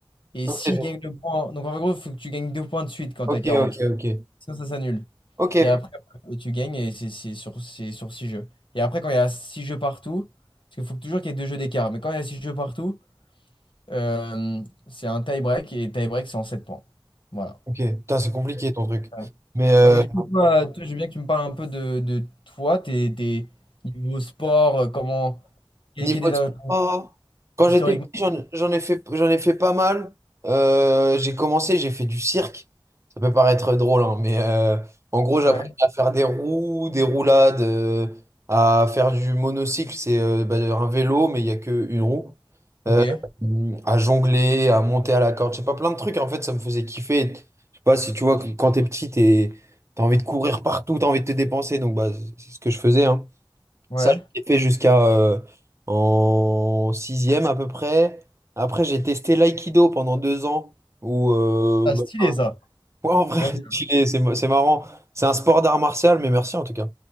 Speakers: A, on the left; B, on the right.
A: Et
B: Ok,
A: s'il gagne le point. Donc en gros, il faut que tu gagnes deux points de suite quand t'as
B: ok,
A: 40.
B: ok, ok.
A: Sinon, ça s'annule.
B: Ok.
A: Et après, et tu gagnes et c'est c'est sur, c'est sur six jeux. Et après, quand il y a 6 jeux partout, parce qu'il faut toujours qu'il y ait deux jeux d'écart. Mais quand il y a 6 jeux partout, euh, c'est un tie-break. Et tie-break, c'est en 7 points. Voilà.
B: Ok. Putain, c'est compliqué ton truc.
A: Ouais,
B: Mais euh,
A: Ouais, mais du coup, toi, toi, je veux bien que tu me parles un peu de, de toi, tes, tes niveaux sport, euh, comment. Quel
B: Niveau
A: quel est la-
B: sport, quand
A: historiquement?
B: j'étais petit, j'en, j'en ai fait, j'en ai fait pas mal. Euh, j'ai commencé, j'ai fait du cirque. Ça peut paraître drôle, hein, mais euh, en gros, j'apprenais
A: Ouais.
B: à faire des roues, des roulades, euh, à faire du monocycle, c'est euh, bah, un vélo, mais il n'y a qu'une roue.
A: Ok.
B: Euh, à jongler, à monter à la corde, je sais pas, plein de trucs. En fait, ça me faisait kiffer. Je sais pas si tu vois, que quand t'es petit, t'es, t'as envie de courir partout, t'as envie de te dépenser. Donc, bah, c'est c'est ce que je faisais, hein.
A: Ouais.
B: Ça, je l'ai fait jusqu'à euh, en sixième à peu près. Après, j'ai testé l'aïkido pendant deux ans. Où, euh,
A: Ah,
B: <laughs>
A: stylé
B: bah,
A: ça.
B: ouais, en vrai,
A: J'aime
B: <laughs>
A: bien.
B: stylé, c'est ma- c'est marrant. C'est un sport d'art martial, mais merci en tout cas.